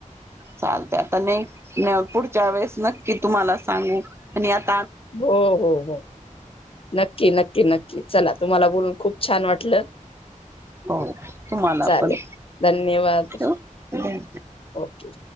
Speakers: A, on the right; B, on the left.
A: चालतय आता न, न. पुढच्या वेळेस नक्की तुम्हाला सांगू,, आणि आऽऽ
B: हो, हो, हो, नक्की, नक्की, नक्की चला तुम्हाला बोलूनऽऽ खूप छान वाटलं,,
A: हो तुम्हाला
B: चालेल,,
A: पण
B: धन्यवाद..
A: ठेवू
B: ओके.